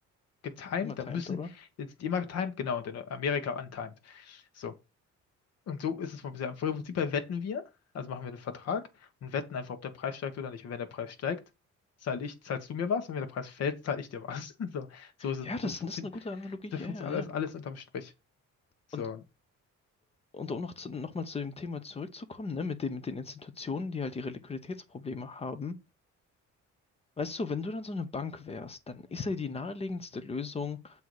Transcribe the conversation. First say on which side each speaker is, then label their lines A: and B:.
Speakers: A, on the left; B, on the left.
A: getimed,
B: Immer
A: da
B: timed,
A: müssen,
B: oder?
A: sind die immer getimed, genau, und in Amerika untimed. So, und so ist es vom bisher. Im Prinzip her wetten wir, also machen wir einen Vertrag und wetten einfach, ob der Preis steigt oder nicht. Und wenn der Preis steigt, zahl ich, zahlst du mir was und wenn der Preis fällt, zahl ich dir was. <laughs> So, so ist es,
B: Ja, das,
A: so funktioniert,
B: das ist eine gute Analogie. Ja,
A: so funktioniert
B: ja, ja.
A: alles, alles unterm Strich. So,
B: Und Und um noch, zu, noch mal zu dem Thema zurückzukommen, ne, mit dem, mit den Institutionen, die halt ihre Liquiditätsprobleme haben. Weißt du, wenn du dann so eine Bank wärst, dann ist ja die naheliegendste Lösung,